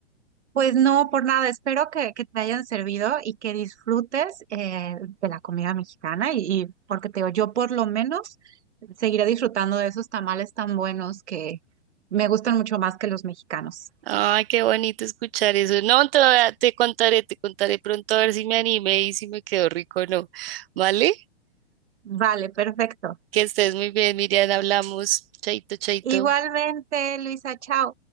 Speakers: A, on the right; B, on the right.
A: Pues no, por nada. Espero que, que te hayan servido y que disfrutes eh, de la comida mexicana. Y, y porque te digo, yo por lo menos seguiré disfrutando de esos tamales tan buenos que me gustan mucho más que los mexicanos.
B: Ay, qué bonito escuchar eso. No, te, voy a- te contaré, te contaré pronto a ver si me animé y si me quedó rico o no. ¿Vale?
A: Vale, perfecto.
B: Que estés muy bien, Miriam, hablamos. Chaito, chaito.
A: Igualmente, Luisa, chao.